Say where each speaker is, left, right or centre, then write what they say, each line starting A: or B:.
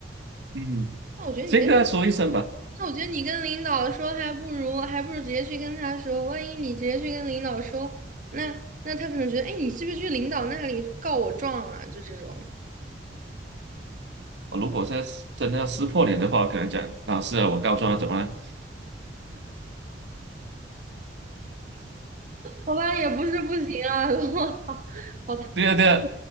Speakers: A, on the right; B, on the right.
A: 嗯，
B: 那我觉得你跟
A: 先跟他说一声吧。
B: 那我觉得你跟领导说，还不如还不如直接去跟他说。万一你直接去跟领导说，那那他可能觉得，哎，你是不是去领导那里告我状啊？就这种，
A: 如果现在是真的要撕破脸的话，可能讲老师啊，我告状啊，怎么了？
B: 好吧，也不是不行啊。<laughs> 我操，好的
A: 对啊，对啊，